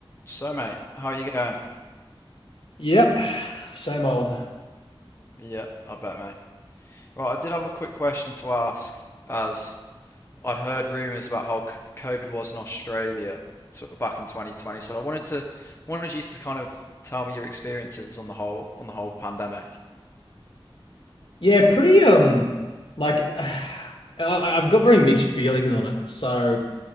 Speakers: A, on the left (about 25°); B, on the left (about 65°).
A: So, mate, how are you going?
B: Yep, same old.
A: Yeah, I bet, mate. Right, I did have a quick question to ask, as I'd heard rumours about how c- COVID was in Australia, sort of back in 2020. So I wanted to wanted you to kind of tell me your experiences on the whole on the whole pandemic.
B: Yeah, pretty um like <sighs> I- I've got very mixed feelings on it. So,